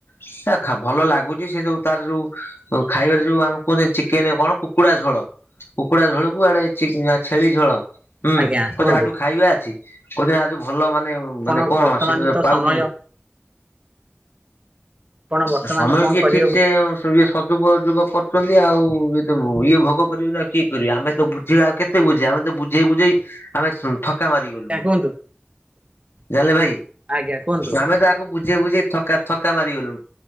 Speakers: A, on the left (about 75°); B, on the right (about 30°).
A: ସେ ଖା ଭଲ ଲାଗୁଛି ସେ ସବୁ ତାର ଯୋଉ ଖାଇବାରେ ଯୋଉ ଆମ କୁହନ୍ତି ଚିକେନ କଣ କୁକୁଡା ଝୋଳ। କୁକୁଡା ଝୋଳକୁ ଇଆଡେ ଚି ଛେଳି ଝୋଳ ହୁଁ
B: ଆଜ୍ଞା
A: କହୁଛ
B: କୁହନ୍ତୁ
A: ଯାହଠୁ ଖାଇବା ଅଛି କହୁଛନ୍ତି ଆଠୁ ଭଲ ମାନେ ମାନେ
B: ଆପଣଙ୍କୁ
A: କଣ
B: ବର୍ତ୍ତମାନ
A: ସେଥିରେ
B: ତ
A: ପାଉଚୁନି
B: ସମୟ ଆପଣ ବର୍ତ୍ତମାନ
A: ଆ ସମୟ
B: କଣ
A: କିଏ
B: କରିବାକୁ
A: ଠିକ୍ ସେ ଆଉ ଇଏ ସଦୁପଯୋଗ କରୁଛନ୍ତି ଆଉ ଇଏ ତ ଇଏ ଭୋଗ କରିବି ନା କିଏ କରିବି ଆମେ ତ ବୁଝିବା ଆଉ କେତେ ବୁଝେଇ ଆମେ ତ ବୁଝେଇ ବୁଝେଇ ଆମେ ଥକା ମାରିଗଲୁଣି।
B: ଆଜ୍ଞା କୁହନ୍ତୁ
A: ଜାଣିଲେ ଭାଇ
B: ଆଜ୍ଞା କୁହନ୍ତୁ
A: ଆମେ ତ ତାକୁ ବୁଝେଇ ବୁଝେଇ ଥକା ଥକା ମାରିଗଲୁ